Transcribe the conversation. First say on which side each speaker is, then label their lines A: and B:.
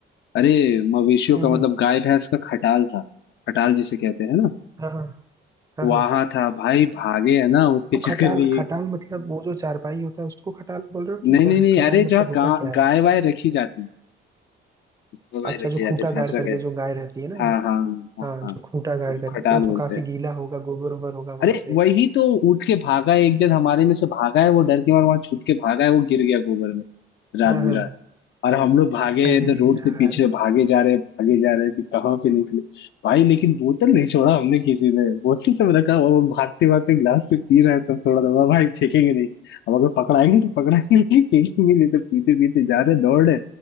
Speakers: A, on the left (about 65°); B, on the right (about 20°).
A: अरे मवेशियों
B: हम्म
A: का
B: हम्म,
A: मतलब गाय भैंस का खटाल था खटाल जिसे कहते हैं ना
B: हाँ हाँ हाँ
A: वहां
B: हाँ
A: था भाई भागे है ना उसके
B: तो खटाल
A: चक्कर में ये
B: खटाल मतलब वो जो चारपाई होता है उसको खटाल बोल रहे हो कि
A: नहीं
B: क्या
A: नहीं
B: है?
A: नहीं
B: खटाल
A: अरे
B: मतलब
A: जहाँ
B: होता
A: गा,
B: क्या है
A: गाय वाय रखी जाती है वो भाई
B: अच्छा
A: रखे
B: जो
A: जाते
B: खूटा
A: हैं
B: गाड़
A: भैंस
B: करके
A: रखे
B: जो गाय रहती है ना
A: हाँ हाँ हाँ
B: हाँ
A: हाँ
B: जो खूटा
A: वो
B: गाड़
A: तो
B: करके
A: खटाल
B: तो वो तो
A: बोलते
B: काफी
A: हैं
B: गीला होगा गोबर ओबर होगा वहां
A: अरे
B: पे
A: वही तो उठ के भागा है, एक जन हमारे में से भागा है वो डर के मारे वहां छुप के भागा है वो गिर गया गोबर में रात
B: हाँ
A: बिरात
B: हाँ
A: और हम लोग भागे
B: अरे
A: इधर रोड
B: यार
A: से पीछे भागे
B: <laughs>
A: जा रहे भागे जा रहे कि कहाँ पे निकले भाई लेकिन बोतल नहीं छोड़ा हमने किसी ने बोतल सब रखा हुआ वो भागते भागते गिलास से पी रहे सब थोड़ा थोड़ा भाई फेंकेंगे नहीं अब अगर पकड़ाएंगे तो पकड़ाएंगे लेकिन फेंकेंगे नहीं तो पीते पीते जा रहे दौड़ रहे